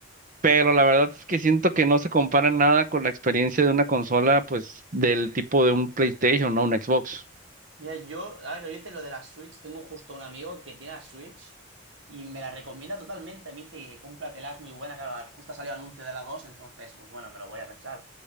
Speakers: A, on the right; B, on the right.
A: pero la verdad es que siento que no se compara nada con la experiencia de una consola, pues, del tipo de un PlayStation, ¿no? Un Xbox.
B: Mira, yo, ahora que lo dices lo de la Switch, tengo justo un amigo que tiene la Switch y me la recomienda totalmente. Me dice, cómpratela, es muy buena. Claro, justo ha salido anuncio de la 2 entonces, pues bueno, me lo voy a pensar.